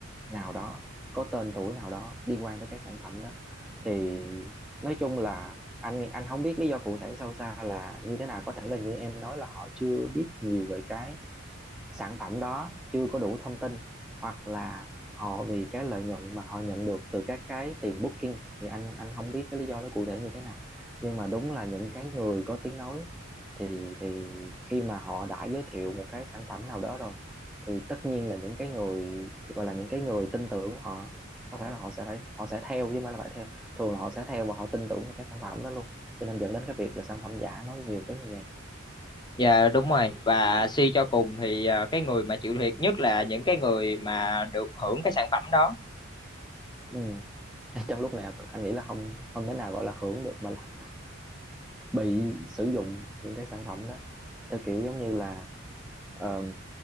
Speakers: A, in the centre; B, on the left.
A: nào đó có tên tuổi nào đó liên quan tới cái sản phẩm đó thì nói chung là anh anh không biết lý do cụ thể sâu xa là như thế nào có thể là như em nói là họ chưa biết nhiều về cái sản phẩm đó chưa có đủ thông tin hoặc là họ vì cái lợi nhuận mà họ nhận được từ các cái tiền booking thì anh anh không biết cái lý do nó cụ thể như thế nào nhưng mà đúng là những cái người có tiếng nói thì thì khi mà họ đã giới thiệu một cái sản phẩm nào đó rồi thì tất nhiên là những cái người gọi là những cái người tin tưởng họ có thể là họ sẽ phải họ sẽ theo chứ không phải là phải theo thường là họ sẽ theo và họ tin tưởng vào cái sản phẩm đó luôn cho nên dẫn đến cái việc là sản phẩm giả nó nhiều tới như vậy
B: dạ đúng rồi và suy cho cùng thì ờ, cái người mà chịu thiệt nhất là những cái người mà được hưởng cái sản phẩm đó
A: ừ. trong lúc này anh nghĩ là không không thể nào gọi là hưởng được mà là bị sử dụng những cái sản phẩm đó theo kiểu giống như là ờm,